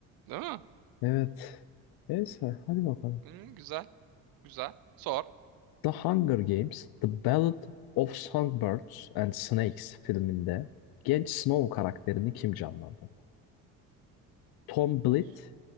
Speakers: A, on the right; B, on the left.
A: Değil mi?
B: Evet. Neyse hadi bakalım.
A: Hı, güzel. Güzel. Sor.
B: The Hunger Games, The Ballad of Songbirds and Snakes filminde genç Snow karakterini kim canlandırdı? Tom Blyth,
A: Of.